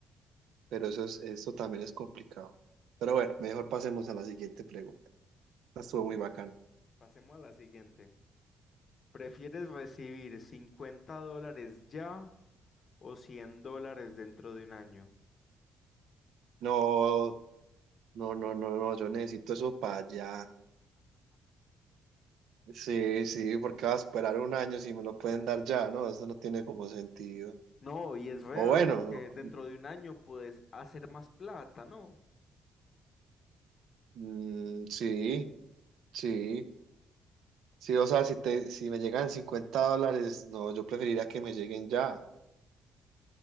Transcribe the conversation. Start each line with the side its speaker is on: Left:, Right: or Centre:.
Right: pero eso es, esto también es complicado. Pero bueno, mejor pasemos a la siguiente pregunta. Esta Estuvo muy
Left: <laughs>
Right: bacán.
Left: Pasemos a la siguiente. ¿Prefieres recibir 50 dólares ya o 100 dólares dentro de un año?
Right: No, no, no, no, no, yo necesito eso para allá. Sí, sí, porque va a esperar un año si me lo pueden dar ya, ¿no? Eso no tiene como sentido.
Left: No, y es real,
Right: O bueno,
Left: porque dentro de un año puedes hacer más plata, ¿no?
Right: mm, sí, sí, sí, o sea, si te, si me llegan 50 dólares, no, yo preferiría que me lleguen ya,